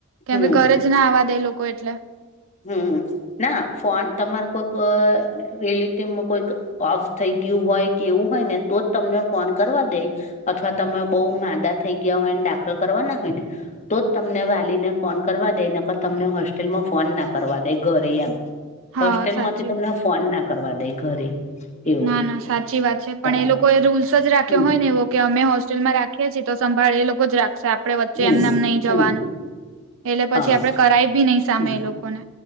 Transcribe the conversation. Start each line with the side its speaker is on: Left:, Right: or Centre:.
Right: કેમ
Left: હમ
Right: કે ઘરે જ ના આવવા દે લોકો એટલે.
Left: હમ, ના ફોન તમારે કોઈક ઓય રિલિટીમાં કોઈક ઓફ થઈ ગ્યું હોય કે એવુ હોય ને તો જ તમને ફોન કરવા દેય અથવા તમે બહુ માંદા થઈ ગ્યા હોય ને દાખલ કરવાના હોય ને તોજ તમને વાલીને ફોન કરવા દે નકર તમને હોસ્ટેલમાં ફોન ના કરવા દે ઘરે યમ,
Right: હા
Left: હોસ્ટેલ
Right: સાચી
Left: માંથી તમને
Right: વાત
Left: ફોન ના કરવા દેય ઘરે. એવું
Right: ના, ના, સાચી વાત છે, પણ
Left: તમારે
Right: એ લોકો એ રૂલ્સ જ રાખ્યો
Left: હમ
Right: હોય ને એવો કે અમે હોસ્ટેલમાં રાખ ઈએ છે તો સંભાળ એ લોકો જ રાખશે આપડે વચ્ચે
Left: હમ
Right: એમનેમ નહી જવાનું.
Left: હમ
Right: એલે પછી
Left: હા
Right: આપડે કરાય ભી નઈ સામે
Left: હમ
Right: એ લોકોને.